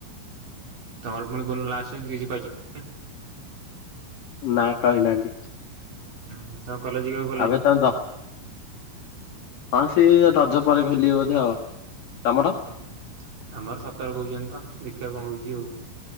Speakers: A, on the right (about 45°); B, on the left (about 65°).
A: ତମର ଫୁଣି କଉ ଲାଷ୍ଟ ସେମିତି କିଛି କହି
B: ନା କହିନାହାନ୍ତି।
A: ହୁଁ ହୁଁ। ତ କଲେଜ <unintelligible>
B: ଆବେ ତ <unintelligible> ହଁ ସି ରଜ ପରେ ଖୋଲିବେ ବୋଧେ ଆଉ ତମର?
A: ହଁ ଆମର ସତର କହୁଛନ୍ତି ତ ଦେଖିବା କଣ ହଉଛି ଆଉ।